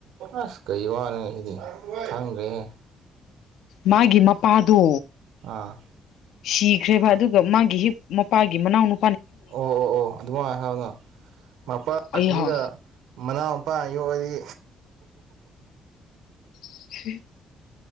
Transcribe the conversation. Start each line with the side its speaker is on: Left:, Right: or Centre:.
Right: ꯑꯁ ꯀꯩ ꯋꯥꯅꯣ ꯁꯤꯗꯤ ꯈꯪꯗ꯭ꯔꯦꯍꯦ
Left: ꯃꯥꯒꯤ ꯃꯄꯥꯗꯣ
Right: ꯑꯥ
Left: ꯁꯤꯈ꯭ꯔꯦꯕꯥ ꯑꯗꯨꯒ ꯃꯥꯒꯤ ꯍꯤꯞ ꯃꯄꯥꯒꯤ ꯃꯅꯥꯎꯅꯨ
Right: ꯑꯣ ꯑꯣ ꯑꯣ ꯑꯗꯨꯃꯥꯏꯅ ꯍꯥꯏꯌꯨꯅ ꯃꯄꯥꯁꯤꯒꯥ
Left: ꯑꯩꯍꯥ
Right: ꯃꯅꯥꯎꯄꯥꯅ ꯌꯣꯛꯑꯗꯤ
Left: <unintelligible>